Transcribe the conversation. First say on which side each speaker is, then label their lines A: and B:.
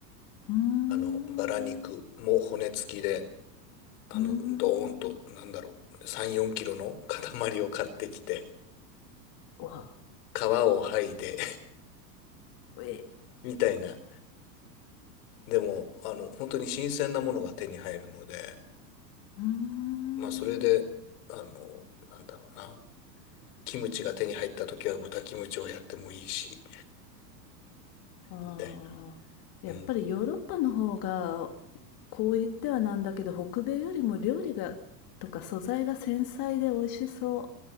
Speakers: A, on the left; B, on the left.
A: うーん。
B: あの、バラ肉も骨付きで、あの、
A: うーん。
B: ドーンと、なんだろう、3、4キロの塊を買ってきて、
A: うわ、
B: 皮を剥いで
A: え
B: <laughs> みたいな。でも、あの、本当に新鮮なものが手に入るので、
A: うーん
B: まあ、それで、あの、なんだろうな。キムチが手に入った時は豚キムチをやってもいいし、
A: ああ、
B: みたい
A: やっぱりヨーロッパの方が
B: な。うん。
A: こう言ってはなんだけど北米よりも料理がとか素材が繊細で美味しそ